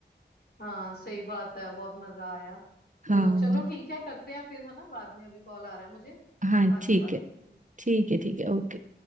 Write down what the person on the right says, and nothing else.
हाँ
हाँ
ठीक
है
ठीक है ठीक है ओके